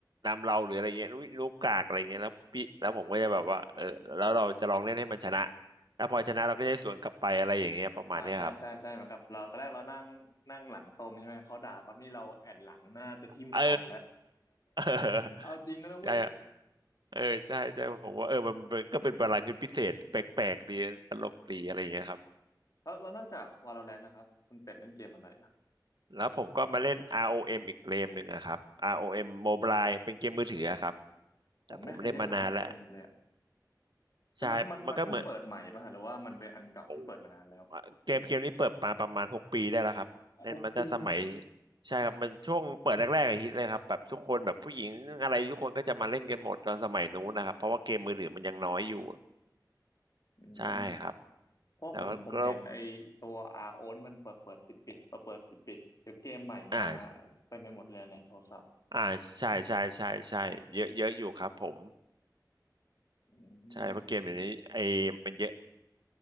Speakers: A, on the right; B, on the left.
A: นำเราหรืออะไรเงี้ยลูกลูกกากอะไรเงี้ยแล้วพี่แล้วผมก็จะแบบว่าเออแล้วเราจะลองเล่นให้มันชนะแล้วพอชนะเราก็จะได้สวนกลับไปอะไรอย่างเงี้ยประมาณเนี้ยครับ
B: อ่าใช่ใช่ใช่เหมือนกับเราตอนแรกเรานั่งนั่งหลังตรงใช่ไหมเขาด่าปั๊บนี่เราแอนหลังหน้าจะทิ่มคอมแล้ว
A: เออ <laughs>
B: <laughs> เอาจริงแล้วนะเว้ย
A: เออใช่อะเออใช่ใช่ผมว่าเออมันมันก็เป็นบาลานซ์พิเศษแปลกๆดีตลกดีอะไรอย่างเงี้ยครับ
B: แล้วแล้วนอกจาก Valorant นะครับคุณเป็ดเล่นเกมอะไรอ่ะ
A: แล้วผมก็มาเล่น ROM อเอ็มอีกเกมหนึ่งอะครับ ROM Mobile เป็นเกมมือถืออะครับ
B: ผมไม่เคยเล่น
A: แต่ผมเล่นมานานแล้ว
B: ROM เอ็มเลยอะแต่มันมันมันเพิ่งเปิดใหม่ป่ะฮะหรือว่ามันเป็นอันเก่าที่เปิดมานานแล้ว
A: ใช่มันก็เหมือนโอ้เกมเกมนี้เปิดมาประมาณหกปีได้แล้วครับเล่นมันจะสมัย
B: หกปี
A: ใช่ครับมันช่วงเปิดแรกๆอะฮิตเลยครับแบบทุกคนแบบผู้หญิงอะไรทุกคนก็จะมาเล่นกันหมดตอนสมัยนู้นนะครับเพราะว่าเกมมือถือมันยังน้อยอยู่
B: อืม
A: ใช่ครับ
B: เพราะผมผมเห็นไอตัว
A: แล้วก็
B: RO นี่มันเปิดเปิดปิดปิดเปิดเปิดปิดปิดเดี๋ยวเกมใหม่มา
A: อ่า
B: เต็มไปหมดเลยในโทรศัพท์
A: อ่าใช่ใช่ใช่ใช่เยอะเยอะอยู่ครับผม
B: อืม
A: ใช่เพราะเกมอย่างนี้ไอ้มันเยอะ